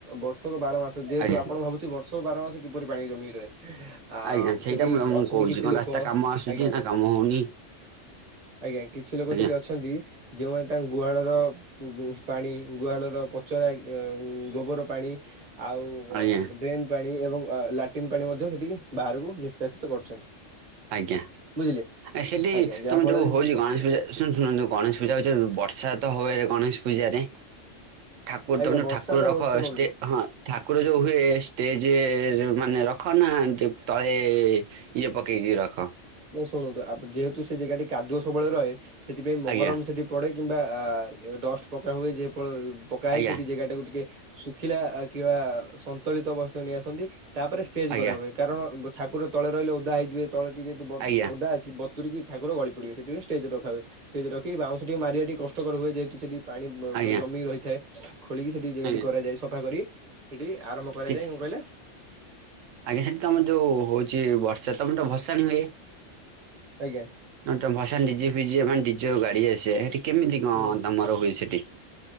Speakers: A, on the right; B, on the right.
A: ବର୍ଷକ ବାର ମାସ ଯେହେତୁ
B: ଆଜ୍ଞା
A: ଆପଣ ଭାବୁ ସବୁ ବାର ମାସ କିପରି ପାଣି ଜମି ରହେ। ଆ
B: ଆଜ୍ଞା ସେଇଟା
A: ସେଠି
B: ମୁଁ ତମକୁ
A: ଅଛନ୍ତି
B: କହୁଛି
A: କିଛି
B: କଣ
A: ଲୋକ
B: ରାସ୍ତା କାମ ଆସୁଛି
A: ଆଜ୍ଞା।
B: ନା କାମ ହଉନି
A: ଆଜ୍ଞା କିଛି ଲୋକ
B: ଆଜ୍ଞା
A: ସେଠି ଅଛନ୍ତି ଯୋଉମାନେ ତାଙ୍କ ଗୁହାଳର ଉ ପାଣି ଗୁହାଳର ପଚରା ଗୋବର ପାଣି ଆଉ
B: ଆଜ୍ଞା।
A: ଡ୍ରେନ୍। ପାଣି ଏବଂ ଲାଟିନ୍ ପାଣି ମଧ୍ୟ ସେଠି ବାହାରକୁ ନିଷ୍କାସିତ କରୁଛନ୍ତି।
B: ଆଜ୍ଞା
A: ବୁଝିଲେ
B: ଆ ସେଠି
A: ଆଜ୍ଞା ଯାହା
B: ତୁମେ
A: ଫଳରେ
B: ଯୋଉ ହୋଉଛି ଗଣେଶ ପୂଜା। ଶୁ ଶୁଣନ୍ତୁ ଗଣେଶ ପୂଜା ହଉଛି ବର୍ଷା ତ ହୁଏ ଗଣେଶ ପୂଜାରେ। ଠାକୁର
A: ଆଜ୍ଞା
B: ତମ ଯେ
A: ବର୍ଷା
B: ଠାକୁର
A: ତ
B: ରଖ
A: ଶୁଣନ୍ତୁ
B: ଷ୍ଟେ ହଁ। ଠାକୁର ଯେଉଁ ହୁଏ ଷ୍ଟେଜ ମାନେ ରଖନା ତଳେ ଇଏ ପ ଏଇ ରଖ।
A: ନା ଶୁଣନ୍ତୁ ଯେହେତୁ ସେ ଜାଗାଟି କାଦୁଅ ସବୁବେଳେ ରହେ। ସେଥିପାଇଁ ମହରମ
B: ଆଜ୍ଞା
A: ସେଠି ପଡେ କିମ୍ବା ଡଷ୍ଟ ପକା ହୁଏ ଯେ ପକା ହେଏ
B: ଆଜ୍ଞା
A: ସେଠି ଜାଗା ଟାକୁ ଟିକେ ଖିଲା କିବା ସନ୍ତୁଳିତ ବସ୍ତ ନେଇ ଆସନ୍ତି ତାପରେ ଷ୍ଟେଜ
B: ଆଜ୍ଞା
A: କରା ହୁଏ। କାରଣ ଠାକୁର ତଳେ ରହିଲେ ଓଦା ହେଇଯିବେ ତ ଟିକେ ଯଦି
B: ଆଜ୍ଞା
A: ଓଦା ଅଛି ବତୁରିକି ଠାକୁର ଗଳି ପଡିବେ ସେଠି। ଷ୍ଟେଜ ରଖା ଯାଏ ଷ୍ଟେଜ ରଖି ବାଉଁସ କୁ ମାରିବା ଟିକ କଷ୍ଟକର ହୁଏ। ଯେହେତୁ ସେଠି ପାଣି
B: ଆଜ୍ଞା
A: ପୁରା ଜମି ରହିଥାଏ। ଖୋଳିକି ସେଠି ଜାଗାଟି
B: ଆଜ୍ଞା
A: କରାଯାଏ। ସଫା କରି ସେଠି ଆରମ୍ଭ କରାଯାଏ।
B: ଠିକ
A: କଣ କହିଲେ?
B: ଆଜ୍ଞା ସେଠି ତମର ଯୋଉ ହଉଛି ବର୍ଷା ତମର ତ ଭସାଣି ହୁଏ।
A: ଆଜ୍ଞା।
B: ନା ତ ଭସାଣି ଡିଜେ ଫିଜେ ମାନେ ଡିଜେ ଆଉ ଗାଡି ଆସିବେ ସେଠି କେମିତି କଣ
A: ହୁଁ
B: ତମର ହୁଏ ସେଠି।